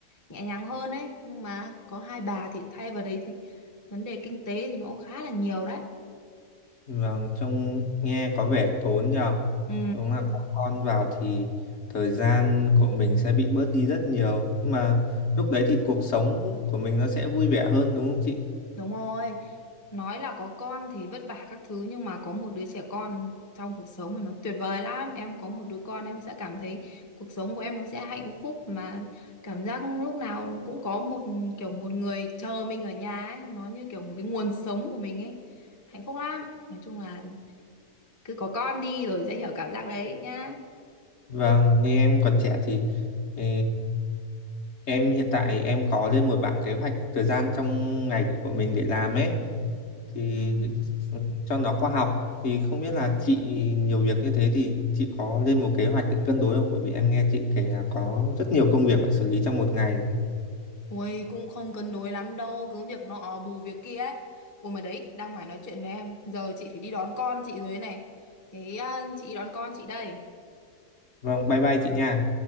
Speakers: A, on the left; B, on the left.
A: nhẹ nhàng hơn ấy nhưng mà có hai bà thì thay vào đấy thì vấn đề kinh tế thì nó cũng khá là nhiều đấy
B: Vâng, trông nghe có vẻ tốn nhờ.
A: ừ
B: Đúng là có con vào thì thời gian của mình sẽ bị bớt đi rất nhiều. Nhưng mà lúc đấy thì cuộc sống của mình nó sẽ vui vẻ hơn đúng không chị?
A: đúng rồi nói là có con thì vất vả các thứ nhưng mà có một đứa trẻ con trong cuộc sống thì nó tuyệt vời lắm em có một đứa con em sẽ cảm thấy cuộc sống của em nó sẽ hạnh phúc mà cảm giác lúc nào cũng có một kiểu một người chờ mình ở nhà ấy nó như kiểu một cái nguồn sống của mình ấy hạnh phúc lắm nói chung là cứ có con đi rồi sẽ hiểu cảm giác đấy nhá
B: Vâng, như em còn trẻ thì ờ, em hiện tại em có lên một bảng kế hoạch thời gian trong ngày của của mình để làm ấy thì
A: Ừ.
B: ừ, cho nó khoa học thì không biết là chị nhiều việc như thế thì chị có lên một kế hoạch để cân đối không? Bởi vì em nghe chị kể là có rất nhiều công việc phải xử lý trong một ngày này.
A: Ôi cũng không cân đối lắm đâu Cứ việc nọ bù việc kia ấy Ôi mà đấy đang mải nói chuyện với em Giờ chị phải đi đón con chị rồi đấy này Thế à, chị đón con chị đây
B: Vâng, bye bye chị nha.